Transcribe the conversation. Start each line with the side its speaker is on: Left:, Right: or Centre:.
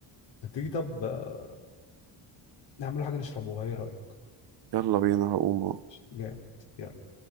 Left: ما تيجي طب آه، نعمل حاجه نشربوها ايه رايك
Right: يلا بينا هقوم أهو.
Left: جامد يلا